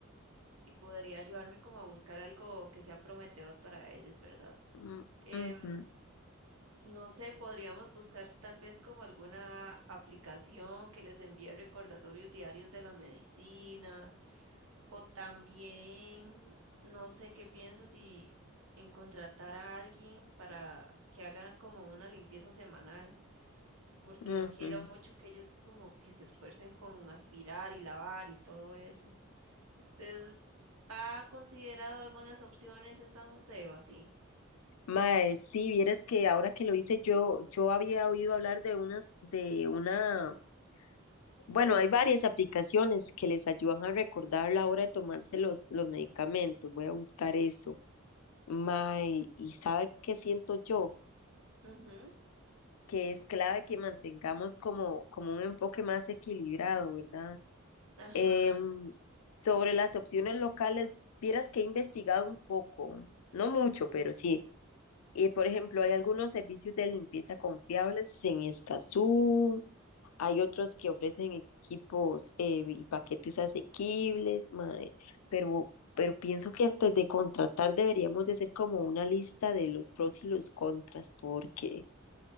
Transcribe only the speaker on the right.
y podría ayudarme como a buscar algo que sea prometedor para ellos, ¿verdad?
Em,
no sé, podríamos buscar tal vez como alguna aplicación que les envíe recordatorios diarios de las medicinas o también, no sé qué piensas si en contratar a alguien para que haga como una limpieza semanal. porque
no quiero mucho que ellos como que se esfuercen con aspirar y lavar y todo eso. ¿Usted ha considerado algunas opciones en San José o así?
Ujú,
Ajá,